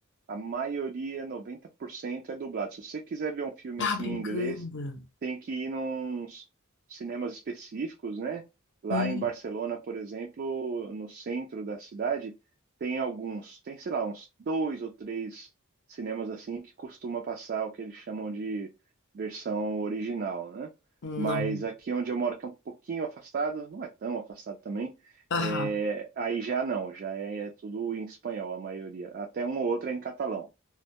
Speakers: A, on the right; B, on the left.
A: A maioria, 90%, é dublado. Se você quiser ver um filme
B: Tá
A: assim
B: brincando.
A: em inglês, tem que ir nos cinemas específicos, né? Lá
B: Hum,
A: em Barcelona, por exemplo, no centro da cidade, tem alguns, tem, sei lá, uns dois ou três cinemas assim que costuma passar o que eles chamam de versão original, né?
B: não.
A: Mas aqui onde eu moro, que é um pouquinho afastado, não é tão afastado também,
B: Aham.
A: é, aí já não, já é, é tudo em espanhol, a maioria. Até um ou outro é em catalão.